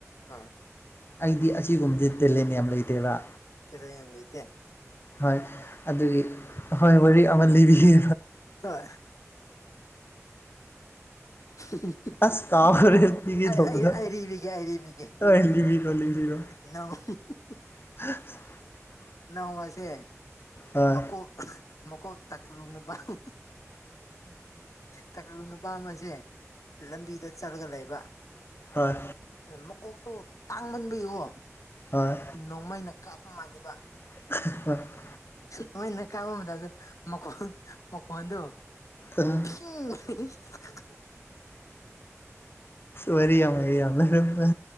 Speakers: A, on the left (about 80°); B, on the left (about 45°).
A: ꯑꯥ
B: ꯑꯩꯗꯤ ꯑꯁꯤꯒꯨꯝꯕꯗꯤ ꯇꯦꯂꯦꯟ ꯌꯥꯝ ꯂꯩꯇꯦꯕ
A: ꯇꯦꯂꯦꯟ ꯌꯥꯝ ꯂꯩꯇꯦ
B: ꯍꯣꯏ ꯑꯗꯨꯒꯤ ꯋꯥꯔꯤ ꯑꯃ ꯂꯤꯕꯤꯒꯦ
A: ꯍꯣꯢ <unintelligible>
B: ꯑꯁ ꯀꯥꯎꯈꯔꯦ ꯎꯇꯤꯒꯤ
A: ꯑꯩ
B: ꯊꯣꯡꯕꯗ
A: ꯑꯩ ꯑꯩ ꯂꯤꯕꯤꯒꯦ ꯑꯩ ꯂꯤꯕꯤꯒꯦ
B: ꯍꯣꯏ ꯂꯤꯕꯤꯔꯣ ꯂꯤꯕꯤꯔꯣ
A: <unintelligible>
B: <unintelligible>
A: ꯅꯣꯡꯃꯥꯁꯦ
B: ꯍꯣꯏ
A: ꯃꯀꯣꯛ ꯃꯀꯣꯛ <unintelligible> ꯅꯨꯄꯥꯃꯥ ꯇꯀꯂꯨ ꯅꯨꯄꯥ ꯑꯃꯁꯦ ꯂꯝꯕꯤꯗ ꯆꯠꯂꯒ ꯂꯩꯕ
B: ꯍꯣꯏ
A: ꯃꯀꯣꯛꯇꯣ ꯇꯥꯡꯃꯟꯕꯩꯀꯣ
B: ꯍꯣꯏ
A: ꯅꯣꯡꯃꯩꯅ ꯀꯥꯞꯄ ꯃꯥꯟꯂꯤꯕ
B: <unintelligible>
A: ꯅꯣꯏꯅ ꯀꯥꯞꯄ ꯃꯇꯝꯗ ꯃꯈꯣꯟ ꯃꯈꯣꯟꯗꯨ
B: ꯑꯥ
A: <unintelligible>
B: ꯋꯔꯤ ꯌꯥꯝ ꯌꯥꯝ ꯂꯩꯔꯝꯃꯦ